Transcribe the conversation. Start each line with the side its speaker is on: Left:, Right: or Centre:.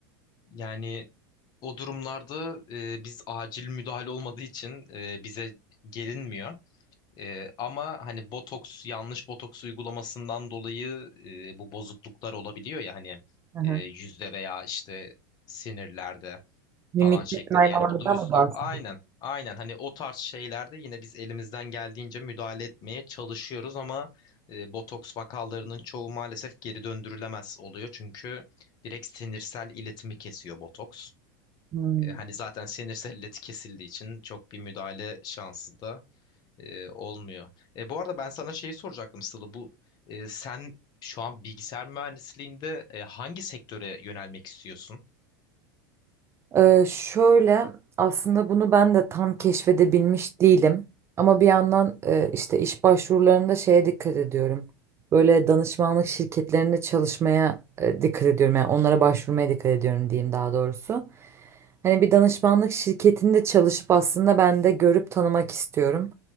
Left: Yani o durumlarda e, biz acil müdahale olmadığı için e, bize gelinmiyor. E, ama hani botoks yanlış botoks uygulamasından dolayı e, bu bozukluklar olabiliyor ya hani
Right: Hı
Left: e,
Right: hı.
Left: yüzde veya işte sinirlerde
Right: Mimikte
Left: falan şeklinde.
Right: kaymalardan
Left: Yani bu dürüst
Right: mı bahsediyorsunuz?
Left: Aynen. Aynen. Hani o tarz şeylerde yine biz elimizden geldiğince müdahale etmeye çalışıyoruz ama e, botoks vakalarının çoğu maalesef geri döndürülemez oluyor. Çünkü direkt sinirsel iletimi kesiyor botoks.
Right: Hmm.
Left: E, hani zaten sinirsel ileti kesildiği için çok bir müdahale şansı da e, olmuyor. E, bu arada ben sana şeyi soracaktım Sıla. Bu e, sen şu an bilgisayar mühendisliğinde e, hangi sektöre yönelmek istiyorsun?
Right: Ee, şöyle aslında bunu ben de tam keşfedebilmiş değilim. Ama bir yandan e, işte iş başvurularında şeye dikkat ediyorum. Böyle danışmanlık şirketlerinde çalışmaya e, dikkat ediyorum. Yani onlara başvurmaya dikkat ediyorum diyeyim daha doğrusu. Hani bir danışmanlık şirketinde çalışıp aslında ben de görüp tanımak istiyorum.